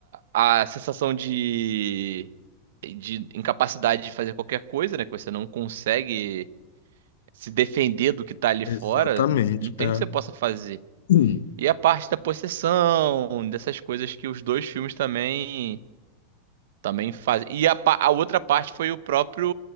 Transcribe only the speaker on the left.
exatamente,
é.
Hum.